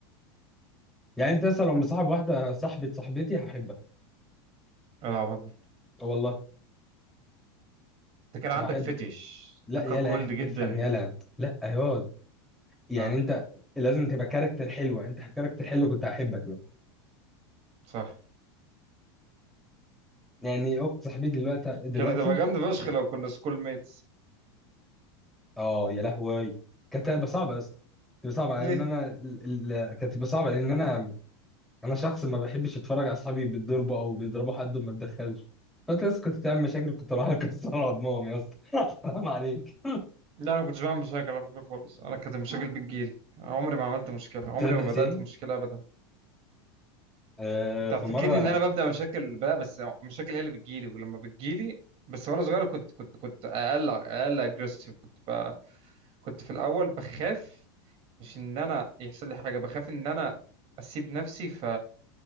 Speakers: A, in the centre; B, on the right (about 45°).
A: يعني انت مثلا لو مصاحب واحده صاحبه صاحبتي هحبها
B: العب
A: والله
B: انت كان عندك
A: هحب
B: فتش
A: لا
B: انت
A: يلا
B: كان كولد جدا
A: افهم يلا لا يا يعني
B: اه
A: انت لازم تبقى كاركتر حلوه انت كاركتر حلو كنت هحبك له
B: صح
A: يعني اخت صاحبتي دلوقتي دلوقتي
B: كانت هتبقى جامدة فشخ لو كنا سكول ميتس
A: اه يا لهوي كانت هتبقى صعبه بس تبقى صعبه
B: <laughs>
A: لان
B: ليه؟
A: انا ال- ال- كانت تبقى صعبه لان انا انا شخص ما بحبش اتفرج على اصحابي بيتضربوا او بيضربوا حد وما اتدخلش فانت لسه كنت بتعمل مشاكل كنت رايح <laughs> اكسر عضمهم يا اسطى <laughs> حرام عليك
B: لا انا ما كنتش بعمل مشاكل على فكره خالص انا كانت المشاكل بتجيلي عمري ما عملت مشكله عمري
A: تصدق
B: ما
A: سيم
B: بدات مشكله ابدا
A: آه
B: انت
A: في
B: فاكرني
A: مره
B: ان انا ببدا مشاكل بقى بس مشاكل هي اللي بتجيلي ولما بتجيلي بس وانا صغير كنت كنت كنت اقل اقل اجريسيف كنت بقى كنت في الاول بخاف مش ان انا يحصل لي حاجه بخاف ان انا اسيب نفسي ف